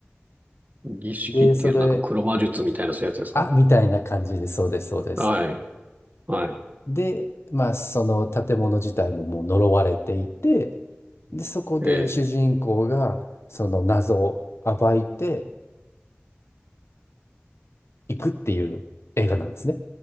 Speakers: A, on the right; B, on the left.
A: 儀式っていうなんか黒魔術みたいなそういうやつですか
B: で、それ、あ、みたいな感じで、そうです、そうです。
A: はい、はい。
B: で、まあ、その建物自体ももう呪われていて、で、そこで主人公がその謎を暴いて
A: ええ、
B: いくっていう映画なんですね。